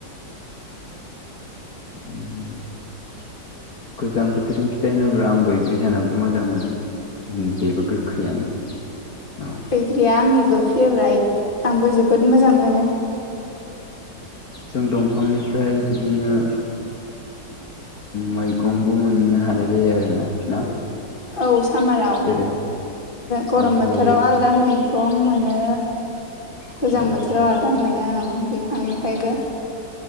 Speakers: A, on the left; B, on the left.
A: उ गोजां बोथोरनि फिथाइ होनोब्ला आं बैग्रि जानाबबो मोजां मोनो। बेबो गोखैयानो औ
B: बैग्रिया आंनिबो फेभ्राइट आंबो जोबोद मोजां मोनो।
A: जों दंफांनिफ्राय बिदिनो मैगंबो मोननो हानाय जायो आरोना ना?
B: औ सामाराव
A: जेरै
B: गरम
A: औ
B: बोथोराव
A: जेरै
B: आल दा मैगं मोनो गोजां
A: औ
B: बोथोराव आलदा दा मोनो आं बिफांनिफ्रायबो